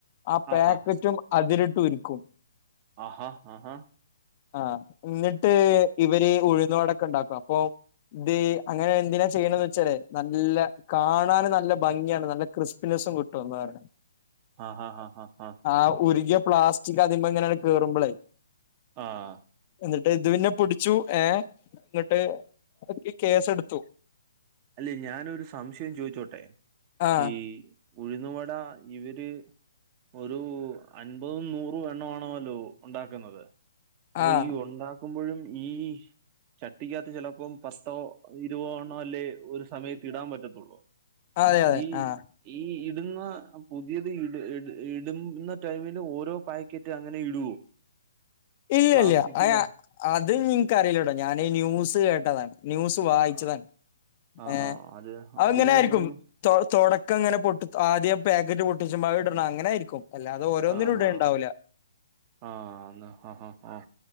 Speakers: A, on the left; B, on the right.
A: ആ പേക്കറ്റും
B: ആഹാ
A: അതിലിട്ടുരുക്കും
B: ആഹാ ആഹാ
A: ആഹ് ഇന്നിട്ട് ഇവര് ഉഴുന്ന് വട ഒക്കെ ഉണ്ടാക്കും അപ്പൊ ഇത് അങ്ങനെ എന്തിനാ ചെയ്യണന്ന് വെച്ചാലേ നല്ല കാണാൻ നല്ല ഭംഗിയാണ് നല്ല ക്രിസ്പിനെസ്സും കി കിട്ടും ന്നാ പറഞ്ഞെ
B: ആഹ് ഹാഹാഹാ ആഹ്
A: ആ ഉരുകിയ പ്ലാസ്റ്റിക് അതിന്മേലി ഇങ്ങനെ കേറുമ്പളേ
B: ആഹ്
A: എന്നിട്ട് ഇത് പിന്നെ പിടിച്ചു ഏഹ് എന്നിട്ട് കേസെടുത്തു.
B: അല്ലെ ഞാനൊരു സംശയം ചോയിച്ചോട്ടെ
A: ആഹ്
B: ഈ ഉഴുന്നുവട ഇവര് ഒരുഅൻപതും നൂറും എണ്ണാണല്ലോ ഉണ്ടാക്കുന്നത് അപ്പ
A: ആഹ്
B: ഈ ഒണ്ടാക്കുമ്പഴും ഈ ചട്ടിക്കാത്ത് ചിലപ്പോം പസ് ത്തോ ഇരുവോണോല്ലേ ഒരു സമയത്തിടാൻ പറ്റത്തൊള്ളൂ
A: അതെ അതെ
B: ഈ
A: ആഹ്
B: ഈ ഇടുന്ന പുതിയത് ഇട് ഇട് ഇടുന്ന ടൈമില് ഓരോപാക്കറ്റങ്ങനെ ഇടുവോ
A: ഇല്ലല്ല്യ
B: പ്ലാസ്റ്റിക്കിന്റെ
A: അ അത് ഇൻക്ക്റീല്ലട്ടോ ഞാന് ന്യൂസ്കേട്ടതാണ് ന്യൂസ് വായിച്ചതാണ്
B: ആ. ആഹാ!
A: ഏ
B: അത്
A: അഹ്
B: അതില്
A: അങ്ങനെയിരിക്കും
B: നമ്മ
A: തോ തൊടക്കങ്ങനെ പൊട്ടത് ആദ്യം പാക്കറ്റ്പൊട്ടിച്ചിമ്പം അത് ഇടണം അങ്ങനായിരിക്കും അല്ലാതെ ഓരോന്നിലും
B: ആഹാ!
A: ഇടൽണ്ടാവൂല
B: ആഹ് ന്ന ഹ ഹ ഹ